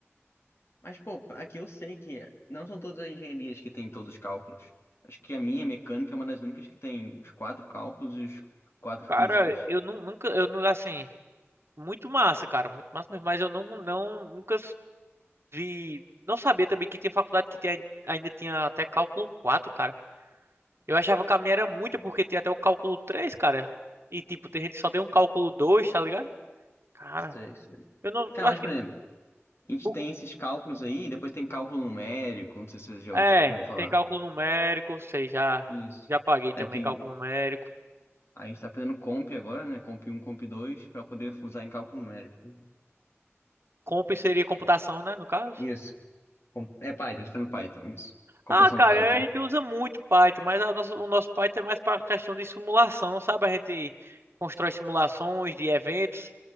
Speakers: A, on the left; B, on the right.
A: Mas, pô, aqui eu sei que não são todas as engenharias que têm todos os cálculos. Acho que a minha mecânica é uma das únicas que tem os quatro cálculos e os quatro
B: Cara,
A: físicas.
B: eu nu- nunca, eu não, assim, muito massa, cara, muito massa mesmo, mas eu não, não, nunca vi, não sabia também que tinha faculdade que tinha, ainda tinha até cálculo quatro cara. Eu achava que a minha era muita porque tinha até o cálculo três cara. E tipo, tem gente que só tem um cálculo dois tá ligado? Cara,
A: Sei, sei.
B: eu não,
A: Cara,
B: eu acho
A: mas, por
B: que,
A: exemplo, a gente
B: o-
A: tem esses cálculos aí, depois tem cálculo numérico, não sei se você já,
B: é,
A: ouvi- já ouviu falar.
B: tem cálculo numérico, sei, já,
A: Isso.
B: já paguei também
A: É porque
B: cálculo numérico.
A: a gente tá fazendo comp agora, né? Comp um comp dois para poder usar em cálculo numérico.
B: Comp seria computação, né, no caso?
A: Isso. Com- É Python, a gente tá fazendo Python, isso. Computação
B: Ah, cara,
A: Python.
B: a gente usa muito Python, mas a nossa- o nosso Python é mais para questão de simulação, sabe? A gente constrói simulações de eventos,